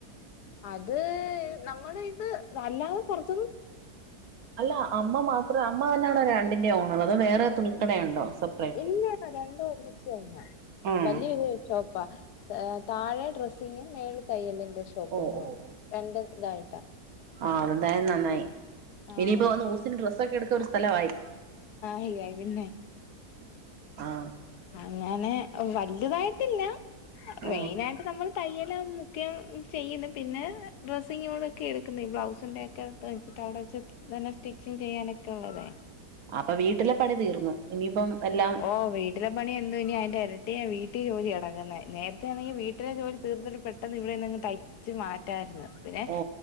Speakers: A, on the left; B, on the right.
A: അത് നമ്മളഇത് അല്ലാതെകൊ
B: അല്ല അമ്മമാത്രഅമ്മതന്ന രണ്ടിന്റെഓണറ് അതോ വേറെതുണിക്കടയുണ്ടൊ സപ്പ്‌റേറ്റ്
A: ഇല്ലന്ന രണ്ടുംഒരുമിച്ച്തന്നെയാ
B: ഉം
A: വല്ല്യരീതിയൊരുഷോപ്പാ താഴെഡ്രസ്സിങ്ങ്മേലെ തയ്യലിൻന്റെ ഷോപ്പിങ്ങുംആണ്
B: ഓ ഓ ഓ
A: രണ്ടുംഇതായിട്ടാ
B: ആഹ് അതെന്തായാലും നന്നായി
A: ആഹ്
B: ഇനിയിപ്പോ വന്ന് ഡ്രസ്സൊക്കെ എടുക്കഒരു സ്ഥലാമായി
A: ഹയ്യായി പിന്നെ
B: ആഹ്
A: അങ്ങനെ വല്ല്യതായിട്ടില്ല
B: ആഹ്
A: മെയിനായിട്ട് നമ്മള് തയ്യലുംമുഖ്യം ചെയ്യുന്നു പിന്നെഡ്രസ്സിങ്ങോടൊക്കെ എടുക്കുന്നു ഈ ബ്ലൗസിൻന്റെ ക്കതേൻച്ചിട്ട് അവ്ടെവെച്ച് തന്നെ സ്റ്റിച്ചിങ്ചെയ്യാനൊക്കെള്ളതേ
B: അപ്പൊ വീട്ടിലെ പണി തീർന്നു ഇനിയിപ്പം എല്ലാം
A: ഓഹ് വീ തിമേപണിഎന്ത്‌ ഇനിഅയിന്റെ ഇരട്ടിയാ വീട്ടിജോലിഎടക്കുന്നേ നേരത്തേണങ്കി വീട്ടിലെജോലി തീർത്ത്ട്ട് പെട്ടെന്ന് ഇവിടെഎന്തെങ്കി തയ്ച്ച്മാറ്റാര്ന്ന് പിന്നേ
B: ഓ